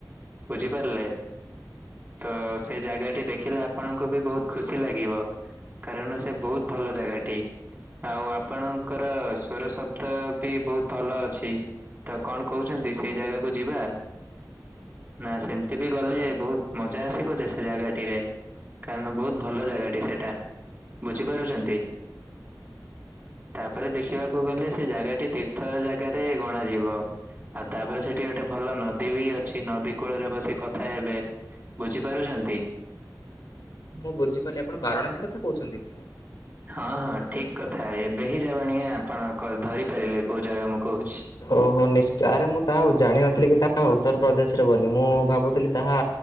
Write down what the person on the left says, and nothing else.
ମୁଁ ବୁଝିପାରିଲି ଆପଣ ବାରାଣାସୀ କଥା କହୁଛନ୍ତି।
ଓହୋ ନିଷ୍ଚ ଆରେ ମୁଁ ତାହା ଜାଣିିନଥିଲି କି ତାହା ଉତ୍ତରପ୍ରଦେଶରେ ବୋଲି ମୁଁ ଭାବୁଥିଲି ତାହା